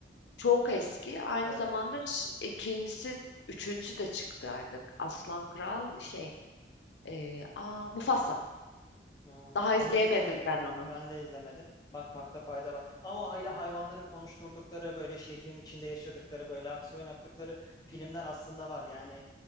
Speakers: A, on the left; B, on the left.
A: Çok eski. Aynı
B: Evet.
A: zamanda ş- ikincisi, üçüncüsü de çıktı artık. Aslan Kral şey, e, aa Mufasa.
B: Hmm,
A: Daha izleyemedim
B: Onu izlemedim.
A: ben onu.
B: Ben de izlemedim. Bakmakta fayda var. Ama o hala hayvanları konuşturdukları, böyle şehrin içinde yaşadıkları, böyle aksiyon yaptıkları filmler aslında var. Yani